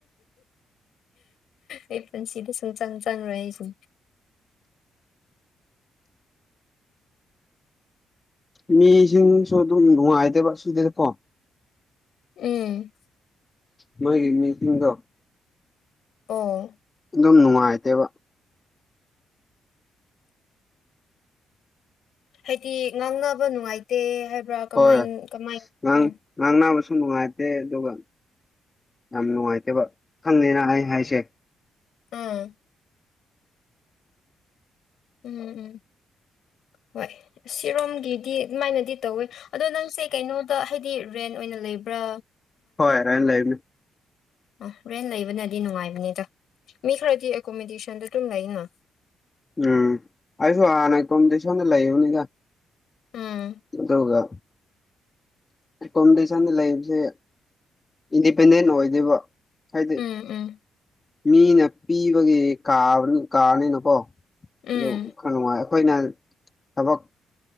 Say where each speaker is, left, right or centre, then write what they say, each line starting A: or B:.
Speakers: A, on the left; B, on the left.
A: ꯑꯩ ꯄꯨꯟꯁꯤꯗ ꯁꯨꯡꯆꯪ ꯆꯪꯉꯣꯏ ꯑꯩꯁꯨ
B: ꯃꯤꯁꯤꯡꯁꯨ ꯑꯗꯨꯝ ꯅꯨꯡꯉꯥꯏꯇꯦꯕ ꯁꯨꯗꯦ ꯀꯣ
A: ꯎꯝ
B: ꯃꯣꯏꯒꯤ ꯃꯤꯁꯤꯡꯗꯣ
A: ꯑꯣ
B: ꯑꯗꯨꯝ ꯅꯨꯡꯉꯥꯏꯇꯦꯕ
A: ꯍꯥꯏꯗꯤ ꯉꯥꯡꯅꯕ ꯅꯨꯡꯉꯥꯏꯇꯦ ꯍꯥꯏꯕ꯭ꯔꯥ ꯀꯃꯥꯏ
B: ꯍꯣꯏ
A: ꯀꯃꯥꯏ
B: ꯉꯥꯡ
A: ꯎ
B: ꯉꯥꯡꯅꯕꯁꯨ ꯅꯨꯡꯉꯥꯏꯇꯦ ꯑꯗꯨꯒ ꯌꯥꯝ ꯅꯨꯡꯉꯥꯏꯇꯦꯕ ꯈꯪꯗꯦꯅ ꯑꯩ ꯍꯥꯏꯁꯦ
A: ꯎꯝ ꯎꯝ ꯎꯝ ꯍꯣꯏ ꯁꯤꯔꯣꯝꯒꯤꯗꯤ ꯑꯗꯨꯃꯥꯏꯅꯗꯤ ꯇꯧꯋꯦ ꯑꯗꯣ ꯅꯪꯁꯦ ꯀꯩꯅꯣꯗ ꯍꯥꯏꯗꯤ ꯔꯦꯟ ꯑꯣꯏꯅ ꯂꯩꯕ꯭ꯔꯥ
B: ꯍꯣꯏꯔꯥꯏꯅ ꯂ ꯂꯩ
A: ꯑꯣ ꯔꯦꯟ ꯂꯩꯕꯅꯗꯤ ꯅꯨꯡꯉꯥꯏꯕꯅꯤꯗ ꯃꯤ ꯈꯔꯗꯤ ꯑꯦꯀꯣꯃꯤꯗꯦꯁꯟꯗꯣ ꯑꯗꯨꯝ ꯂꯩꯅ
B: ꯎꯝ ꯑꯩꯁꯨ ꯍꯥꯟꯅ ꯀꯣꯝꯄꯤꯇꯤꯁꯟꯗ ꯂꯩꯕꯅꯤꯗ
A: ꯎꯝ
B: ꯑꯗꯨꯒ ꯑꯦꯀꯣꯃꯤꯇꯤꯁꯟꯗ ꯂꯩꯕꯁꯦ ꯏꯟꯗꯤꯄꯦꯟꯗꯦꯟ ꯑꯣꯏꯗꯣꯏꯕ ꯍꯥꯏꯗꯤ
A: ꯎꯝ ꯎꯝ
B: ꯃꯤꯅ ꯄꯤꯕꯒꯤ ꯀꯥ ꯀꯥꯔꯅꯤꯅꯀꯣ
A: ꯎꯝ
B: ꯑꯗꯨꯔ ꯅꯨꯡꯉꯥꯏ ꯑꯩꯈꯣꯏꯅ ꯊꯕꯛ